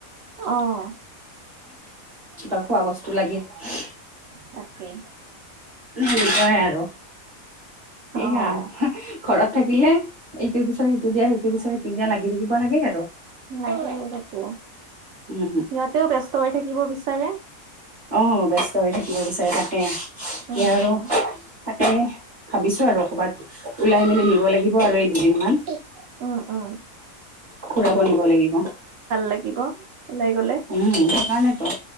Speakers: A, on the right; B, on the right.
A: অহ।
B: তাৰ খোৱা বস্তু লাগিল।
A: তাকে।
B: সেনেকুৱাই আৰু
A: অ',
B: এইয়া ঘৰত থাকিলে এইটোৰ পিছত সে শেটো দিয়া যিটো বিচাৰে সেইটো দিয়া লাগি থাকিব লাগে আৰু।
A: লাগে তাকে
B: উম
A: সিহঁতেও ব্যস্ত হৈ থাকিব বিচাৰে।
B: অহ ব্যস্ত হৈ থাকিব বিচাৰে তাকে।
A: উম,
B: এয়া আৰু
A: উম,
B: তাকে ভাবিছো আৰু কবাত ওলাই মেলি নিব লাগিব আৰু দুদিনমান
A: উ, উ।
B: ফুৰাব নিব লাগিব।
A: লাগিব ওলাই গ'লে
B: উম, সেইকাৰণেতো।